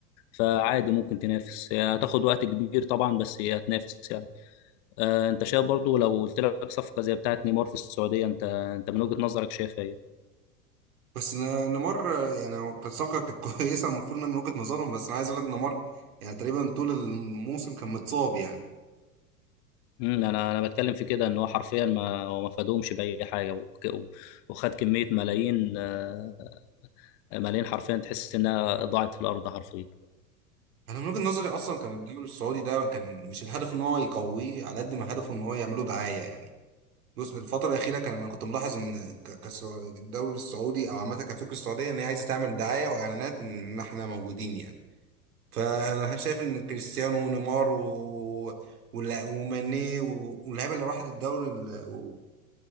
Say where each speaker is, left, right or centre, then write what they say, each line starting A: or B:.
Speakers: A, on the left; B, on the right.
A: فعادي ممكن تنافس هي هتاخد وقت كبير طبعا بس هي هتنافس يعني آه انت شايف برضو لو قلت لك صفقة زي بتاعة نيمار في السعودية انت انت من وجهة نظرك شايف ايه؟
B: بس ن- نيمار آه، يعني هو كانت صفقة كانت <laughs> كويسة المفروض إنها من وجهة نظرهم بس أنا عايز أقول لك نيمار يعني تقريبا طول الموسم كان متصاب يعني
A: مم، انا انا بتكلم في كده ان هو حرفيا ما هو ما فادهمش بأي حاجة وك- و- وخد كمية ملايين آه، ملايين حرفيا تحس انها ضاعت في الارض حرفيا
B: أنا من وجهة نظري أصلا كان الدوري السعودي ده كان مش الهدف إن هو يقويه على قد ما هدفه إن هو يعمله دعاية يعني بص الفترة الأخيرة كان أنا كنت ملاحظ إن ك- كسع- الدوري السعودي أو عامة كفكرة السعودية إن هي عايزة تعمل دعاية وإعلانات إن إحنا موجودين يعني فأنا شايف إن كريستيانو ونيمار و... ولا- وماني و- واللعيبة اللي راحت الدوري ال-